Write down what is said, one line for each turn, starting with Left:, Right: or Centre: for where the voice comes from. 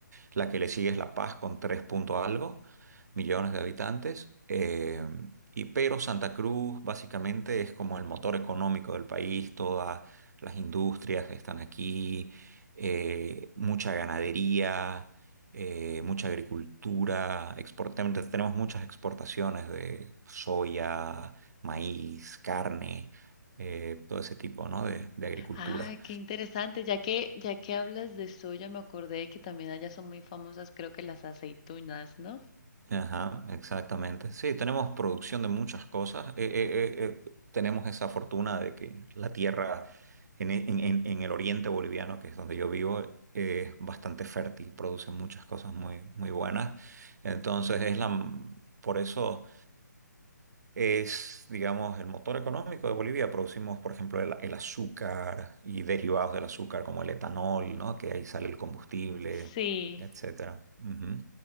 Right: la que le sigue es La Paz con 3 punto algo millones de habitantes. eh, y, pero Santa Cruz básicamente es como el motor económico del país, todas las industrias están aquí, eh, mucha ganadería, eh, mucha agricultura, exportamos, tenemos muchas exportaciones de soya, maíz, carne, eh, todo ese tipo, ¿no? de de agricultura.
Left: Ah, qué interesante. Ya que, ya que hablas de soya, me acordé que también allá son muy famosas, creo que las aceitunas, ¿no?
Right: Ajá, exactamente. Sí, tenemos producción de muchas cosas. Eh, eh, eh, eh, tenemos esa fortuna de que la tierra en, e- en- en- en el oriente boliviano, que es donde yo vivo, eh, es bastante fértil, produce muchas cosas muy, muy buenas. Entonces, es la, por eso es, digamos, el motor económico de Bolivia. Producimos, por ejemplo, el, el azúcar y derivados del azúcar como el etanol, ¿no? Que ahí sale el combustible,
Left: Sí.
Right: etcétera. Ujú.